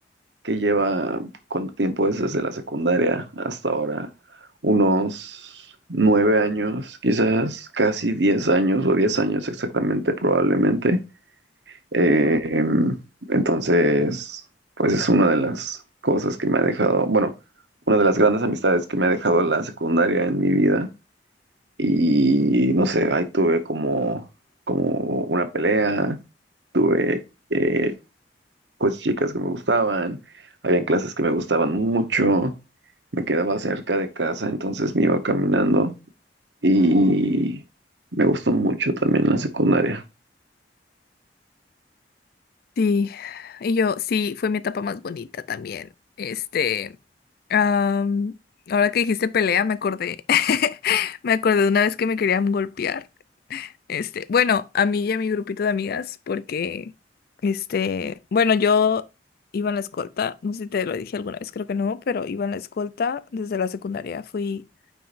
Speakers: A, on the right; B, on the left.
A: que lleva, ¿cuánto tiempo es desde la secundaria hasta ahora? Unos nueve años, quizás casi diez años o diez años exactamente, probablemente. Eh, em, entonces, pues es una de las cosas que me ha dejado, bueno, una de las grandes amistades que me ha dejado la secundaria en mi vida. Y no sé, ahí tuve como, como una pelea, tuve eh, pues chicas que me gustaban, habían clases que me gustaban mucho, me quedaba cerca de casa, entonces me iba caminando y me gustó mucho también la secundaria.
B: Sí, y yo sí, fue mi etapa más bonita también. Este, am, ahora que dijiste pelea, me acordé, <laughs> me acordé de una vez que me querían golpear. Este, bueno, a mí y a mi grupito de amigas, porque, este, bueno, yo iba en la escolta, no sé si te lo dije alguna vez, creo que no, pero iba en la escolta desde la secundaria, fui